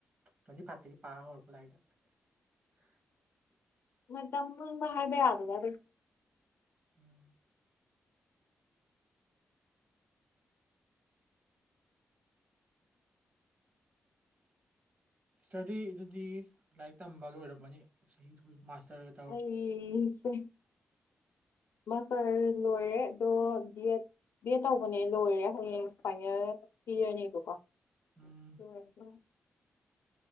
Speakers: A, on the right (about 35°); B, on the left (about 70°).
A: ꯇ꯭ꯋꯦꯟꯇꯤ ꯐꯥꯚꯇꯒꯤ ꯄꯥ ꯍꯧꯔꯛꯄ ꯂꯥꯏꯗꯣ <inaudible>
B: ꯃꯇꯝ ꯄꯨꯟꯅ ꯍꯥꯏꯕ ꯌꯥꯕꯅꯤ ꯑꯗꯨꯝ꯫
A: ꯎꯝ ꯁꯤꯁꯇꯔꯗꯤ ꯑꯗꯨꯗꯤ ꯂꯥꯏꯔꯤꯛ ꯇꯝꯕ ꯂꯣꯏꯔꯝꯃꯅꯤ ꯆꯍꯤꯗꯨꯒꯤ ꯃꯥꯁꯇꯔ
B: ꯑꯩꯁꯦ ꯃꯥꯁꯇꯔ ꯂꯣꯏꯔꯦ ꯑꯗꯣ ꯗꯤꯑꯦꯠ ꯕꯤꯑꯦꯠ ꯇꯧꯕꯅꯦ ꯂꯣꯏꯔꯦ ꯍꯌꯦꯡ ꯐꯥꯏꯅꯦꯜ ꯄꯤꯔꯅꯦꯕꯀꯣ
A: ꯎꯝ
B: ꯂꯣꯏꯔꯕꯣ꯫